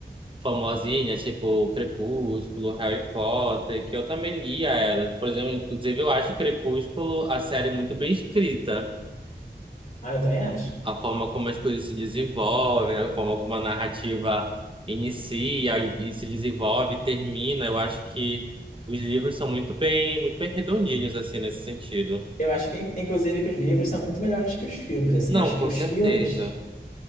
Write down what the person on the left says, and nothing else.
Ah, eu também acho.
Eu acho que, in- inclusive, que os livros são muito melhores que os filmes, assim.
Acho
que os
filmes,